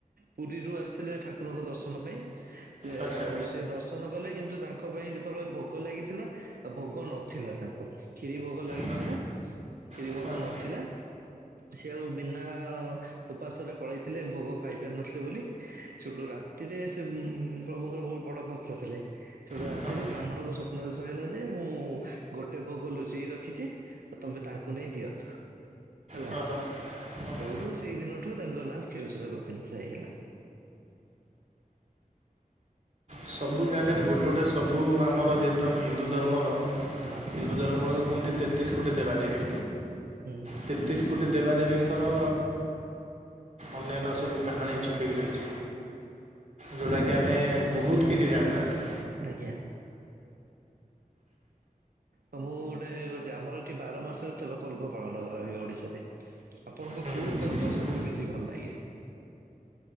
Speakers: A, on the right (about 85°); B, on the right (about 50°).
A: ପୁରୀରୁ ଆସିଥିଲେ ଠାକୁରଙ୍କ ଦର୍ଶନ ପାଇଁ। ସେ
B: ଆଚ୍ଛା
A: ଆଉ ସେ ଦର୍ଶ ନ କଲେ କିନ୍ତୁ ତାଙ୍କ ପାଇଁ ଯେତେବେଳେ ଭୋଗ ଲାଗିଥିଲା ଆଉ ଭୋଗ ନଥିଲା ତା କ୍ଷିରି ଭୋଗ ଲାଗିଥିଲା
B: ହଁ
A: କ୍ଷିରି
B: ହଁ
A: ଭୋଗ
B: ହଁ
A: ନଥିଲା। ସେ ଆଉ ବିନା ଓପାସରେ ପଳେଇଥିଲେ ଭୋଗ ପାଇପାରିନଥିଲେ ବୋଲି। ସେଠୁ ରାତିରେ ସେ ପ୍ରଭୁଙ୍କର ବହୁତ ବଡ ଭକ୍ତ ଥିଲେ। ସେଉଠୁ
B: ହଁ
A: ରାତିରେ
B: ହଁ ହଁ
A: ବ୍ରାହ୍ମଣଙ୍କୁ ସ୍ୱ ନାଦେଶ ହେଲା ଯେ ମୁଁ ଗୋଟେ ଭୋଗ ଲୁଚେଇକି ରଖିଛି ତ ତମେ ତାଙ୍କୁ ନେଇ ଦିଅ। ହେଲା।
B: ହଁ ହଁ। ହଁ।
A: ସେଉଠୁ ସେଇ ଦିନଠୁ ତାଙ୍କ ନାଁ କ୍ଷୀରଚରା ଗୋପୀନାଥ ହେଇଗଲା।
B: ସବୁ
A: ଏଇଟା
B: ଜାଗାରେ
A: ମୋ
B: ଗୋଟେ ଗୋଟେ ସବୁ ଆମର ଯେହେତୁ ଆମେ ହିନ୍ଦୁ ଧର୍ମର
A: ହଁ।
B: ହିନ୍ଦୁ ଧର୍ମରୁ କୁହନ୍ତି ତେତିଶି କୋଟି ଦେବାଦେବୀ।
A: ହୁଁ
B: ତେତିଶି କୋଟି ଦେବାଦେବୀଙ୍କର ଅନ୍ୟାନ୍ୟ ସବୁ କାହାଣୀ ଚୁପିକି ରହିଚି। ଯୋଉ ଟାକି
A: ଆମର
B: ଆମେ
A: ଏଠି
B: ବହୁତ କିଛି ଜାଣିନାହାନ୍ତି।
A: ଆଜ୍ଞା। ତ ମୁଁ ଗୋଟେ କଉଚି ଆମର ଏଠି ବାର ମାସ ତେର ପର୍ବ ପାଳନ କରା ହୁଏ ଓଡିଶାରେ। ଆପଣଙ୍କୁ
B: ହୁଁ
A: କୋଉ
B: ହୁଁ
A: ପର୍ବ
B: ନିଶ୍ଚିତ
A: ସବୁଠୁ ବେଶୀ ଭଲ ଲାଗେ?